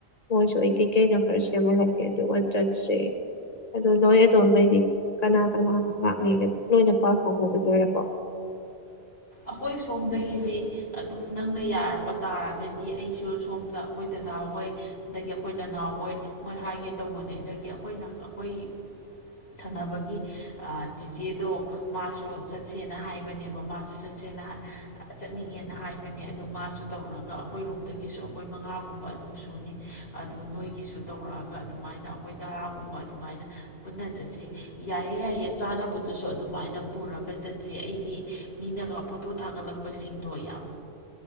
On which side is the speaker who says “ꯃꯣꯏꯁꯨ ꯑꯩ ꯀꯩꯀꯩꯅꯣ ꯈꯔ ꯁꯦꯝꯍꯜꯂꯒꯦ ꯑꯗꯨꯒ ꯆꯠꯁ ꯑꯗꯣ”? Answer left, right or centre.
Left